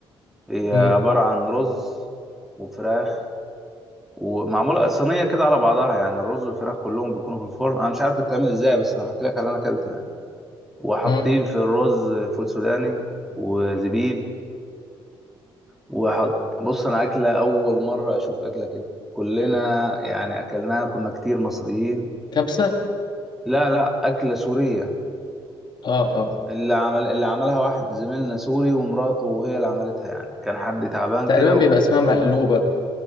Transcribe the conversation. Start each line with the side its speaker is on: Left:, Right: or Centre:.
Centre: هي
Left: مم.
Centre: عبارة عن رز وفراخ ومعمولة صينية كده على بعضها يعني الرز والفراخ كلهم بيكونوا في الفرن أنا مش عارف بتتعمل إزاي بس أنا بحكي لك على اللي أنا أكلته يعني وحاطين
Left: مم.
Centre: في الرز فول سوداني وزبيب وحط... بص أنا أكلة أول مرة أشوف أكلة كده كلنا يعني أكلناها كنا كتير مصريين
Left: كبسة
Centre: لا لا أكلة سورية
Left: اه اه
Centre: اللي عمل اللي عملها واحد زميلنا سوري ومراته وهي اللي عملتها يعني كان حد تعبان
Left: تقريبا
Centre: كده
Left: بيبقى اسمها مقلوبة